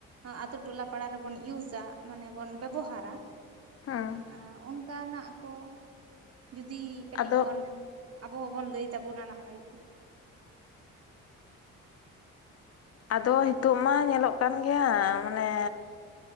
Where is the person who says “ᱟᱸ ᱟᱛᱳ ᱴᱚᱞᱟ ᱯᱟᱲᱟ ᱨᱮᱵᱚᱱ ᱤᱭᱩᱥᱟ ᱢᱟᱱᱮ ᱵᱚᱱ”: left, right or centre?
Right